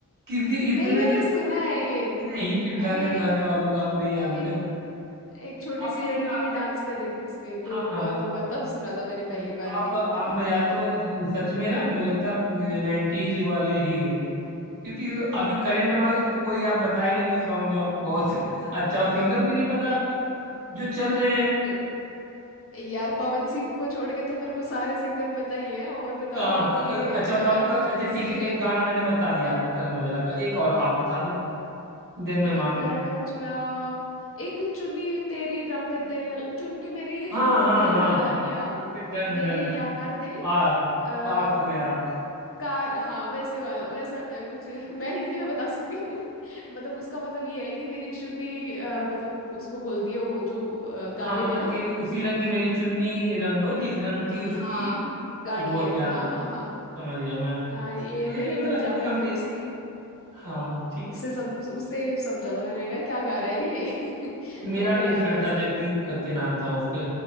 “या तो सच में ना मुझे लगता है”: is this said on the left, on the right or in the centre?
Right